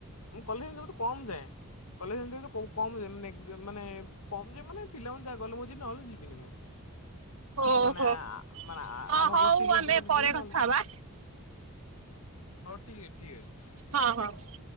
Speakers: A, on the left (about 85°); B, on the right (about 70°).
A: ମୁଁ କଲେଜ ଯେହେ ତୁ କମ ଯାଏ। କଲେଜ ଏମିତି ଆକା କୋଉ ଯାଏ ଏକ୍ସ ମାନେ କମ ଯାଏ ମାନେ ପିଲାମାନେ ଯାହା ଗଲେ ମୁଁ ଯି ନହେଲେ ଯିବିନି ମୁଁ।
B: ଓହୋ
A: ମାନେ ଆ ମାନେ ଆ
B: ହଁ
A: ଆମ
B: ହଉ
A: ଗୋଷ୍ଠୀ ଯ
B: ଆମେ
A: ଯିବ
B: ପରେ
A: ଯିବି ନହେଲେ
B: କଥା
A: ନାଇ।
B: ହବା
A: ହଉ ଠିକ ଅଛି ଠିକ ଅଛି।
B: ହଁ ହଁ।